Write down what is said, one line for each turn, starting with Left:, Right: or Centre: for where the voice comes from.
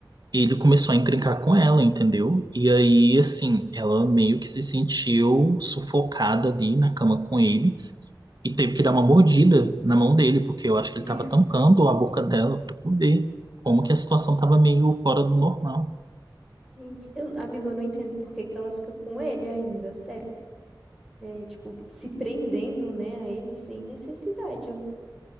Right: ele começou a encrencar com ela, entendeu? E aí, assim, ela meio que se sentiu sufocada ali na cama com ele e teve que dar uma mordida na mão dele, porque eu acho que
Centre: <laughs>
Right: ele tava tampando a boca dela pra poder. Como que a situação tava meio fora do normal.
Centre: Gente, eu, amigo, eu não entendo por que que ela fica com ele ainda, sério. É, tipo, se prendendo, né, a ele sem necessidade. ó.